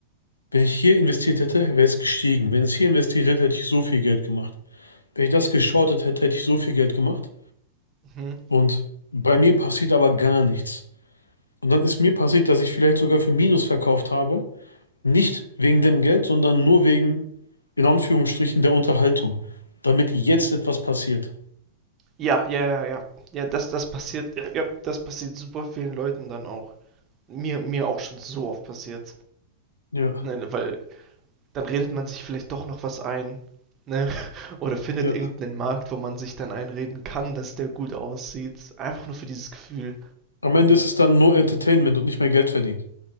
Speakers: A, on the left; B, on the right.
A: Wenn ich hier investiert hätte, wäre es gestiegen. Wenn es hier investiert hätte, hätte ich so viel Geld gemacht. Wenn ich das geschortet hätte, hätte ich so viel Geld gemacht.
B: Mhm.
A: Und bei mir passiert aber gar nichts. Und dann ist mir passiert, dass ich vielleicht sogar für Minus verkauft habe. Nicht wegen dem Geld, sondern nur wegen, in Anführungsstrichen, der Unterhaltung. Damit jetzt etwas passiert.
B: Ja, ja, ja, ja. Ja, das, das passiert, ja, ja, das passiert super vielen Leuten dann auch. Mir, mir auch schon so oft passiert.
A: Ja,
B: Ne, weil dann redet man sich vielleicht doch noch was ein, ne, Oder findet
A: ja.
B: irgendeinen Markt, wo man sich dann einreden kann, dass der gut aussieht. Einfach nur für dieses Gefühl.
A: Am Ende ist es dann nur Entertainment und nicht mehr Geld verdienen.